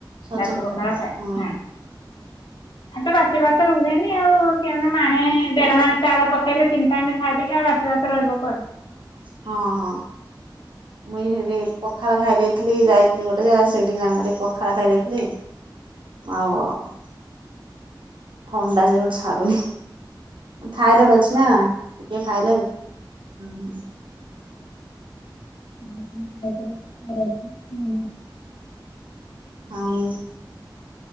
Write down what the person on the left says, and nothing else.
ରାତି ପଖାଳ ଖାଏନି।
ଏ ତ ବାସି ଭାତ ରୁହେନି ଆଉ। ଆମେ ମାଣେ ଦେଢ ମଣେ ଚାଉଳ ପକେଇଲେ ତିନି ଟାଇମ ଖାଇଦେଲେ ଆଉ ବାସି ଭାତ ରହିବ କୁଆଡୁ?
ହଁ
<inaudible>